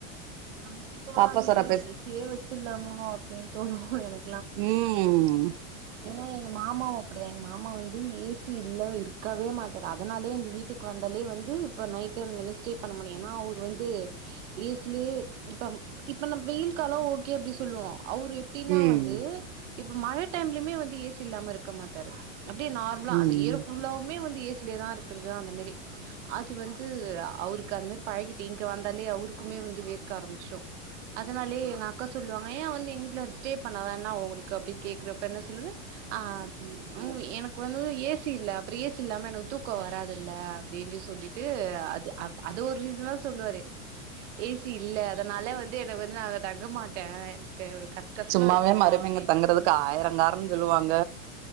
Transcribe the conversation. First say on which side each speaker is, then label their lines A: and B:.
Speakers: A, on the right; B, on the right.
A: நமக்கு ஈக்வலா
B: பாப்பா
A: ஆரம்பிச்சிருவா
B: சொற பேச
A: எ சியே வச்சுர்லாமா அப்டின்ட்டு என
B: ம்
A: ஏன்னா எங்க மாமாவு அப்பிடிதா எங்க மாமா வந்து ஏ சி இல்ல இருக்கவே மாட்டாரு. அதனாலயே எங்க வீட்டுக்கு வந்தாலே வந்து இப்ப நைட் டைம் வந்து ஸ்டே பண்ண மாட்டாரு ஏன்னா அவர் வந்து ஏ சி லயே இப்பம் இப்ப நம்ம வெயில் காலோ ஓகே அப்டி சொல்லுவோ அவரு எப்டின்னா
B: ம்
A: வந்து இப்ப மழ டைம்லயுமே வந்து ஏ சி இல்லாம இருக்க மாட்டாரு. அப்டியே நார்மலா
B: ம்
A: அந்த இயர் ஃபுல்லாவுமே வந் து ஏ சி லயேதா இருக்குறது அந்த மாரி அது வந்து அ அவருக்கு அந்த மாரி பழகிட்டு இங்க வந்தாலே அவருக்குமே வந்து வேர் க்க ஆரம்பிச்சிரு. அதனாலே எங்க அக்கா சொல்லுவாங்க ஏன் ஆ வந்து நீ எங்க வீட்ல ஸ்டே பண்ணாதா என்ன ஆவு உங்களுக்கு அப்டின்னு கேக்குறப்ப என்ன சொல்வ ஆ ம் ம் என க்கு வந்து ஏ சி இல்ல அப்ற ஏ சி இல்லாம என்னால தூ தூக்கோ வராதில்ல அப்டின்னு சொல்லிட்டு ஆ அது அத் அது ஒரு ரீசனா சொல்வாரு சி இல்ல அதனால வந்து என்ன வ ந்து நா அங்க தங்க மாட்டே எனக்கு கச கசன்னு
B: சும்மாவே
A: இருக்கு
B: மருமகங்க
A: அப்டின்ட்டு
B: தங்குறதுக்கு ஆயிரங்காரணஞ் சொல்லுவாங்க